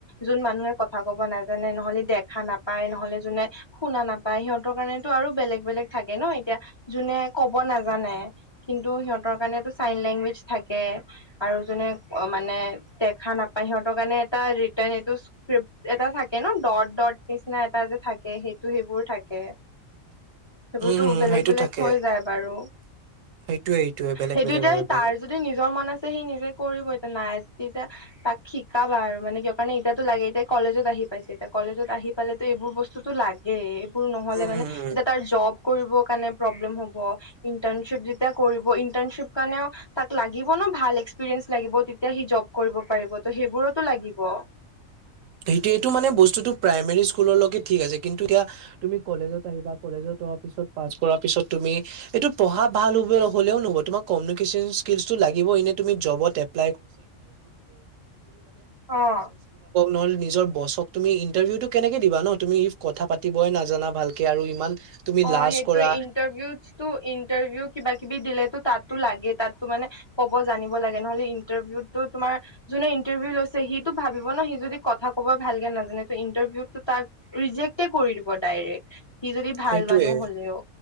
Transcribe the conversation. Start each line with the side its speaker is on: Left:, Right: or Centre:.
Left: যোন মানুহে কথা। ক'ব নাজানে নহলে দেখা নাপায় নহলে যোনে শুনা নাপায় সিহঁতৰ কাৰণেতো আৰু বেলেগ বেলেগ থাকে। লাগে ন এতিয়া যোনে কব নাজানে । কিন্তু সিহঁতৰ কাৰণো চাইন লেংগুৱেজ থাকে আৰু যোনে মানে দেখা নাপ হিহঁতৰ কাৰণে। এটা ৰিটাৰ্ণ এইটো্ক্ৰিপট এটা থাকে ন ডট ডট নিচিনা এটা যে থাকে সেইটো সেইবোৰ থাকে। সেইবোৰতো
Right: উম হম
Left: বেলেগ
Right: সেইটো
Left: বেলেগ
Right: থাকে
Left: হৈ যায় বাৰু।
Right: সেইটোয়ে সেইটোয়ে বেলেগ
Left: সেইটো
Right: বেলেগ
Left: এতিয়া
Right: হয়
Left: তাৰ
Right: বাৰু
Left: যদি নিজৰ মন আছে সি নিজে কৰিব, এতিয়া নাই। তেতিয়া তাক শিকাবা আৰু মানে কিয় কাৰণে এতিয়াতো লাগে এতিয়া কলেজত আহি পাইছে এতিয়া কলেজত আহি পালে। ত এইবোৰ বস্তুতটো লাগে এইবোৰ নহলে
Right: উম
Left: মানে
Right: উম উম
Left: এতিয়া তাৰ জব--। ফূৰিব কাৰণে প্ৰব্লেম হব্, ইন্টাৰ। তেতিয়া কৰিব ইণ্টাৰ্ণশ্বিপ কাৰণেও তাক লাগিব ন ভাল এক্সপিৰিয়েন্ঞ্চ লাগিব তেতিয়া সি জব কৰিব পাৰিব। ত সেইবোৰতো লাগিব।
Right: সেইটো এইটো মানে বস্তুটো প্ৰাইমেৰী স্কুলৰ লগকে ঠিক আছে কিন্তু এতিয়া তুমি কলেজত আহিবা কলেজত অ। পাচ্ কৰা পিছত তুমি এইটো পঢ়া ভাল হ হলেও নহব তোমাৰ কমিউনিকন্ ল। দিব এনেই তুমি যবতে ।
Left: অ'।
Right: নহলে নিজৰ বছক তুমি ইণ্টাৰভিউটো কেনেকে দিবা ন তুমি ইফ কথা পাতিবই নাজানা ভালকে আৰু ইমান---। তুমি
Left: অ
Right: লাজ
Left: সেইটোোৱে
Right: কৰা
Left: ইণ্টাৰভিউো ইণ্টাৰভিউ কিবা কিবি দিলেতো তাত। লাগে তাতো মে কব জানিব লাগে নহলে ইন্টাৰভিউো তোমাৰ যোনে ইন্টাৰভিউ লৈছে সিটো, । ভাবিব ন সি যদি কথা কব ভালকৈ নাজানে, ইন্টাৰভিউত ৰিজেক্টে কৰি দিব ডাইৰেক্ট। যদি ভাল
Right: সেইটোয়ে
Left: মানুহ হলেও